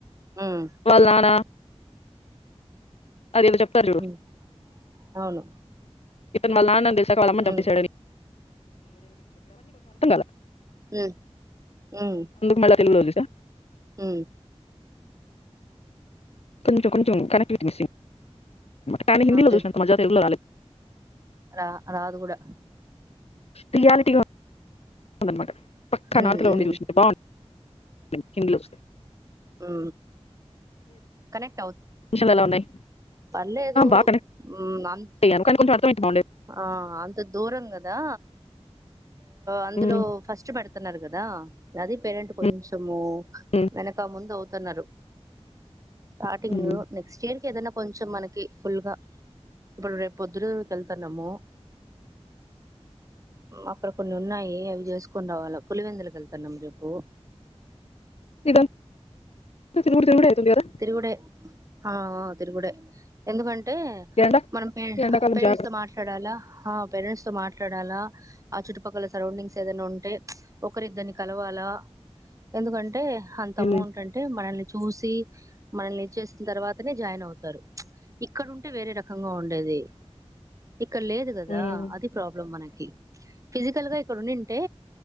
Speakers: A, on the right; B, on the left.
A: ఉమ్
B: వాళ్ల నాన్న. అది ఏదో చెప్తరు చూడు.
A: ఉమ్ అవును
B: ఈతను, వాళ్ల నాన్న అని తెల్స్.
A: ఉమ్
B: <unintelligible> <unintelligible>
A: హు ఉ
B: మళ్ళా తెలుగులో చూసా.
A: అ
B: కొన్నించ కొ చ కపిటిసి కానీ హిీలోదుూ
A: ఓకే
B: మా మ ఎాల
A: రా రాదు కూడా
B: రియాలిటీ మ పక్కా
A: ఉమ్
B: నా తలా
A: ఉమ్
B: చూషబా <unintelligible>
A: ఆ కనెక్ట్
B: మషన్లు ఎలా ఉన్నాయి
A: పల్లేదు
B: ఆ! బా కనెక్ట్
A: నన్
B: అయ్యాను. కానీ కొంచెం అర్థమైతే బావుండేది.
A: ఆ అంత దూరంగా అద దా అందులో
B: హ్మ్.
A: ఫస్ట్ పడుత పత్తనడుకుదా అది పేరట్ కొంచము
B: హ్మ్. హ్మ్.
A: వెనాక ముందు స్తూన్నారు స్టార్టింగ్
B: హ్మ్.
A: నెక్స్ట్ ఇయర్ ఏదైనా కొంచెం మనకి ఫుల్ గా ఇప్పుడు రేపు పొద్దు న్నాము అక్కడ కొన్ని ఉన్నాయి అవి చేసుకుని రావాల పులివెందులక వెళ్తున్నాము రేపు
B: ఇదంతా తిరుగుడు తిరుగుడే అయితుంది గదా!
A: తిరుగూడే ఆ తిరుగూడ ఎందుకంట హ్మ్
B: ఎండ
A: మనం
B: ఎండాకాలం
A: పే
B: జాగ్రత్త.
A: చేస్తే మాట్లాడాలా పేరంట్స్ మాట్లా చడాల ఆ చుట్టుపక్కల సరౌండింగ్స్ ఏదైనా ఉంటే ఒకరిద్దర్ని కలవాలా ఎందుకంటే. అంత
B: హ్మ్.
A: అమౌంట్, అంటే మనల్ని. చూసి మనల్ని ఈజేసిన తర్వాతే జాయిన్ అవ్తారు. ఇక్కడ ఉంటే వేరే రకంగా ఉండేది. ఇక్కడ లేదు కదా?
B: హ్మ్.
A: అది ప్రాబ్లమ్ మనకి. కి, ఫిజికల్ గా ఇక్కడ ఉందింటే,